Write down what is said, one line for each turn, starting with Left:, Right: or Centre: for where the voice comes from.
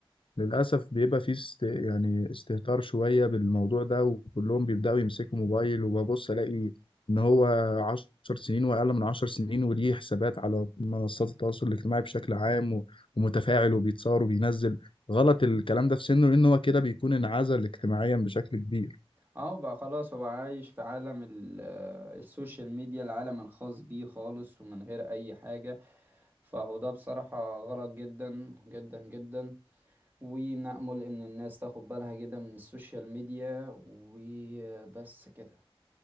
Left: للأسف بيبقى فيه است... يعني استهتار شوية بالموضوع ده وكلهم بيبدأوا يمسكوا موبايل وببص ألاقي إن هو عشر سنين وأقل من عشر سنين وليه حسابات على منصات التواصل الاجتماعي بشكل عام و... ومتفاعل وبيتصور وبينزل غلط
Right: بالظبط
Left: الكلام ده في سنه لأن هو كده بيكون انعزل اجتماعيا بشكل كبير
Right: اه بقى خلاص هو عايش في عالم ال- آه، السوشيال ميديا العالم الخاص بيه خالص ومن غير اي حاجة فهو ده بصراحة غلط جدا جدا جدا ونأمل ان الناس تاخد بالها جدا من السوشيال ميديا وبس كده